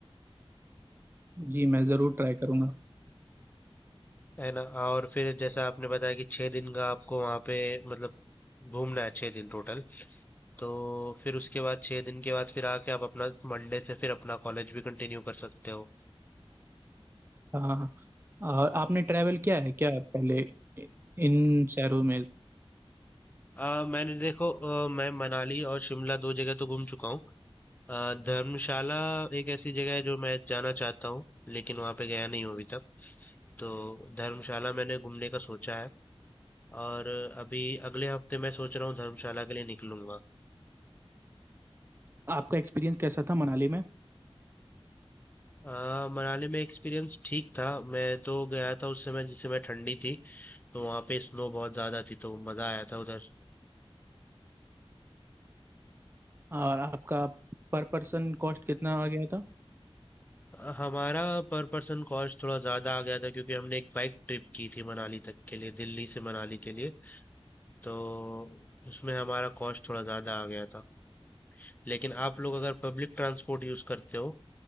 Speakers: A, on the right; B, on the left.
A: जी मैं ज़रूर ट्राई करूँगा
B: है ना और फिर जैसा आपने बताया कि छह दिन का आपको वहां पे मतलब घूमना है छह दिन टोटल तो फिर उसके बाद छह दिन के बाद फिर आके आप अपना मंडे से फिर अपना कॉलेज भी कंटिन्यू कर सकते हो
A: हाँ और आपने ट्रैवल किया है क्या पहले इन शहरों में
B: आ, मैंने देखो अ, मैं मनाली और शिमला दो जगह तो घूम चुका हूँ अ, धर्मशाला एक ऐसी जगह है जो मैं जाना चाहता हूँ लेकिन वहां पे गया नहीं हूँ अभी तक तो धर्मशाला मैंने घूमने का सोचा है और अभी अगले हफ्ते मैं सोच रहा हूँ धर्मशाला के लिए निकलूंगा
A: आपका एक्सपीरियंस कैसा था मनाली में
B: आ, मनाली में एक्सपीरियंस ठीक था मैं तो गया था उस समय जिस समय ठंडी थी तो वहाँ पे स्नो बहुत ज्यादा थी तो मजा आया था उधर
A: और आपका पर पर्सन कॉस्ट कितना आ गया था
B: अ, हमारा पर पर्सन कॉस्ट थोड़ा ज्यादा आ गया था क्योंकि हमने एक बाइक ट्रिप की थी मनाली तक के लिए दिल्ली से मनाली के लिए तो उसमें हमारा कॉस्ट थोड़ा ज्यादा आ गया था लेकिन आप लोग अगर पब्लिक ट्रांसपोर्ट यूज करते हो